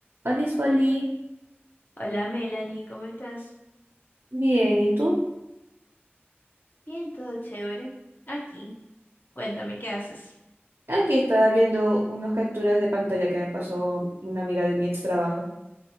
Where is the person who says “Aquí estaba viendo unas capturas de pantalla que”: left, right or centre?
Right